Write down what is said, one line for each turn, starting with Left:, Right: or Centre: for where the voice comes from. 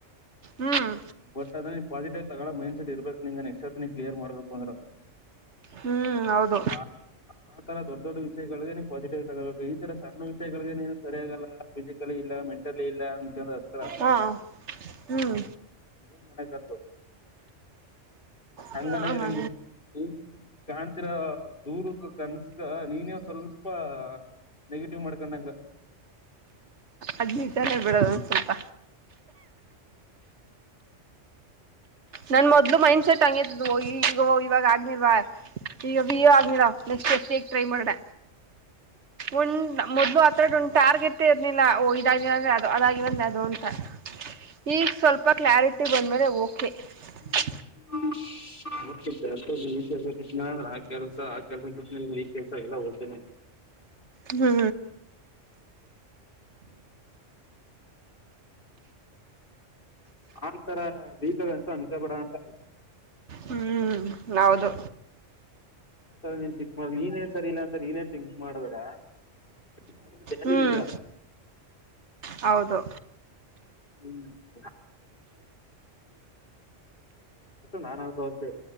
Right: ಹ್ಮ್
Left: ಬಟ್ ಅದನ್ ನೀ ಪಾಸಿಟಿವ್ ತಗಳೊ ಮೈಂಡ್ಸೆಟ್ ಇರ್ಬೇಕು <unintelligible> ನೆಸ್ಟ್ ಸತಿ ಕ್ಲಿಯರ್ ಮಾಡ್ಬೇಕು ಅಂದ್ರ.
Right: ಹ್ಮು ಹೌದು.
Left: ಆ ಆ ತರ ದೊಡ್ಡ್ ದೊಡ್ಡ್ ವಿಷಗಳೇ ನೀ ಪಾಸಿಟಿವ್ ಆಗಿ ತಗೋಬೇಕು ಈ ತರ ಸಿ ಸಣ್ಣ ವಿಷಯಗಳಿಗೆ ನೀನು ಸರಿಯಾಗಲ್ಲ ಫಿಸಿಕಲಿ ಇಲ್ಲ ಮೆಂಟಲಿ ಇಲ್ಲ <unintelligible> ಹತ್ರ
Right: ಹಾ ಹ್ಮ್
Left: ಏನ್ ಮಾಡಾಕ್ ಆತದ. <unintelligible>
Right: ಹ
Left: ಕಾಣ್ತಿರೊ ದೂರದ ಕನ್ಸಕ ನೀನೇ ಒಂದ್ ಸ್ವಲ್ಪ ನೆಗೆಟಿವ್ ಮಾಡ್ಕೊಂಡಂಗ್.
Right: ಅದ್ನಿಟನೇ ಬಿಡೋದ ಒಂದ ಸ್ವಲ್ಪ ನನ್ ಮೊದ್ಲು ಮೈಂಡ್ ಸೆಟ್ ಹಂಗಿ <unintelligible> ನೆಕ್ಸ್ಟ್ <unintelligible> ಟ್ರೈ ಮಾಡೋಣ. ಒಂದ್ ಮೊದ್ಲು ಆ ಆ ತರದೊಂದ್ ಟಾರ್ಗೆಟೆ ಇರ್ಲಿಲ್ಲ ಓ ಇದ ಆಗ್ಲಿಲ್ಲ ಅಂದ್ರೆ ಅದ್ ಆ ಇವಾಗ್ ಅದೋ <unintelligible> ಈಗ ಸ್ವಲ್ಪ ಕ್ಲಾರಿಟಿ ಬಂದ ಮೇಲೆ ಓಕೆ. <inaudible>
Left: <unintelligible>
Right: ಹ್ಮು
Left: ಆ ತರ <unintelligible> ಅನ್ಕಾಬೇಡಾ ಅಂತಾ.
Right: ಹ್ಮ್ ಹೌದು
Left: <unintelligible> ನೀನೇ ಸರಿ ಇಲ್ಲಾ ಅಂತ ನೀನೇ ತಿಂಕ್ ಮಾಡ್ಬ್ಯಾಡ <unintelligible>
Right: ಹ್ಮ್
Left: ಇಲ್ಲ
Right: ಹೌದು
Left: ಹ್ಮು <unintelligible> ನಾನು ಅಷ್ಟೇ.